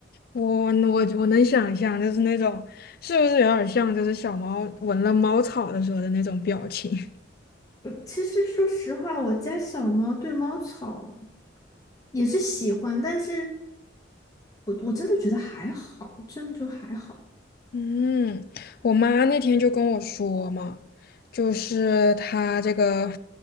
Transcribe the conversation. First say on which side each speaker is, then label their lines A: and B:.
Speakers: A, on the left; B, on the left.
A: 我能我我能想象，就是那种是不是有点像，就是小猫闻了猫草的时候的那种表情。
B: 呃其实说实话，我家小猫对猫草也是喜欢，但是我我真的觉得还好，真的就还好。
A: 嗯，我妈那天就跟我说嘛，就是她这个